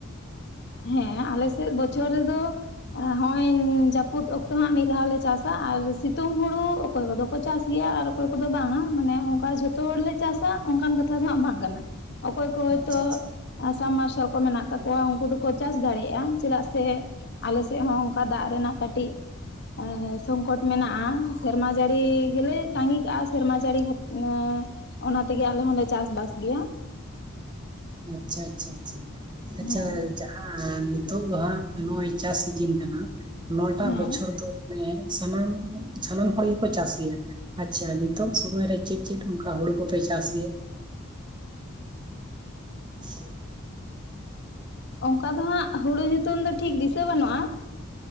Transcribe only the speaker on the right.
ᱟᱪᱪᱷᱟ ᱟᱪᱪᱷᱟ
ᱟᱪᱪᱷᱟ-ᱟᱪᱪᱷᱟ-ᱟᱪᱪᱷᱟ
ᱟᱪᱪᱷᱟ ᱦᱮᱸ ᱱᱤᱛᱚᱜ ᱫᱚ ᱦᱟᱸᱜ ᱱᱚᱜᱼᱚᱭ ᱪᱟᱥ ᱥᱤᱡᱤᱱ ᱠᱟᱱᱟ ᱱᱚᱣᱟ ᱴᱟᱜ
ᱵᱚᱪᱷᱚᱨ ᱫᱚ ᱢᱟᱱᱮ ᱥᱟᱱᱟᱢ, ᱥᱟᱱᱟᱢ ᱦᱚᱲ ᱜᱮᱠᱚ ᱪᱟᱥ ᱜᱮᱭᱟ ᱾ ᱟᱪᱷᱟ ᱱᱤᱛᱚᱜ ᱥᱚᱢᱚᱭ ᱨᱮ ᱪᱮᱫ ᱪᱮᱫ ᱚᱱᱠᱟ ᱦᱳᱲᱳ ᱠᱚᱯᱮ ᱪᱟᱥ ᱜᱮᱭᱟ? <unintelligible>